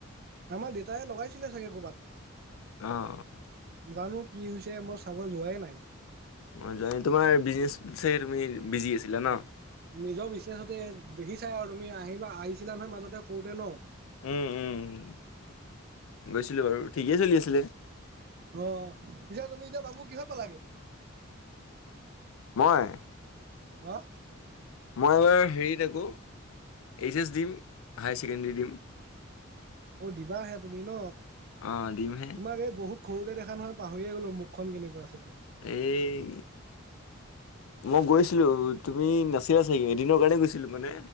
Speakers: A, on the right; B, on the left.
A: আমাৰ দেউতায়ে লগাইছিলে চাগে কৰ'বাত
B: অঁ
A: জানো কি হৈছে মই চাবৰ যোৱাই নাই।
B: অঁ যোৱা তোমাৰ বিজনেছ চাগে তুমি বিজি আছিলা ন।
A: নিজৰ বিচনেছতে দেখি চাই আৰু তুমি আহিবা আহিছিলা নহয় মাজতে কৰোতে ন
B: উম উম গৈছিলো বাৰু ঠিকেই চলি আছিলে।
A: অ' পিছো তুমি এতিয়া বাবু কিহৰ পালাগে।
B: মই।
A: অঁ।
B: মই এইবাৰ হেৰিত আকো এইচ এছ দিম হাই ছেকেণ্ডৰী দিম।
A: অ' দিবাহে তুমি ন,
B: অ দিমহে
A: তোমাক এই বহুত। সৰুতে দেখা নহয় পাহৰিয়ে গ'লো মুখনকেনেকুৱা আছিল।
B: এই। মই গৈছিলো তুমি নাছিলা চাগে, এদিনৰ কাৰণে গৈছিলো মানে।